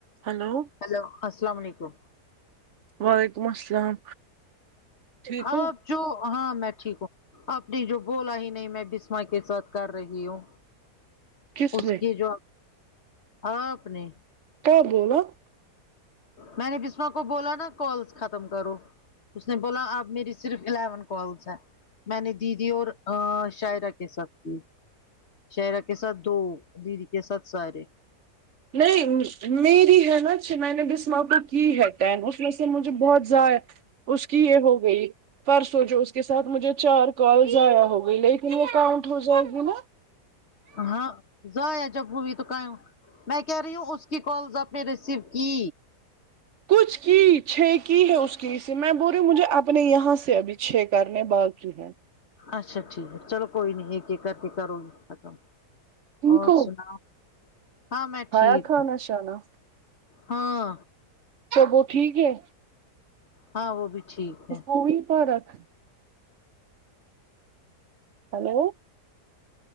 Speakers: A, on the right; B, on the left.
A: Hello
B: hello السلام علیکم
A: وعلیکم السلام ٹھیک
B: ہاؤ
A: ہو
B: جو ہاں میں ٹھیک ہوں آپ نے جو بولا ہی نہیں میں بسما کے ساتھ کر رہی ہوں
A: کس
B: اس
A: نے
B: کی جو آ آپ نے
A: کیا بولا
B: میں نے بسما کو بولا نا کالس ختم کرو اس نے بولا اب میری صرف الیون کالس ہے میں نے دیدی اور آ شاعرہ کے ساتھ کی شاعرہ کے ساتھ دو دیدی کے ساتھ سارے
A: نہیں میری ہے نا میں نے بھی صبح کو کی ہے ٹین اس و سے مجھے بہت ضائع اس کی یہ ہو گئی پرسوں جو اس کے ساتھ مجھے چار کال ضائع ہو گئی لے یہی کاؤنٹ ہو جاںے گی نا
B: ہاں ضائع جب ہوئی تو کام میں کہہ رہی ہوں اس کے کالز ابھی ریسیو کی
A: کچھ کی چھ کی ہے اس کی اسی میں بول رہی ہوں مجھے اپنے یہاں سے ابھی چھ کرنے باقی ہیں
B: اچھا ٹھیک ہے چلو کوئی نہیں ایک ایک کر کے کرو ختم
A: ٹھیک
B: اور
A: ہو
B: سناؤ ہاں میں
A: کھایا
B: ٹھیک
A: کھانا
B: ہوں
A: شانا
B: ہاں
A: سب وہ ٹھیک ہے
B: ہاں وہ بھی ٹھیک ہے
A: وہی پارک ہلو